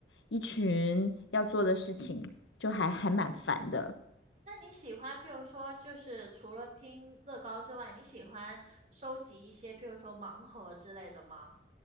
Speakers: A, on the left (about 80°); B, on the right (about 40°).
A: 一群要做的事情，就还还蛮烦的。
B: 那你喜欢，譬如说，就是除了拼乐高之外，你喜欢收集一些，譬如说盲盒之类的吗？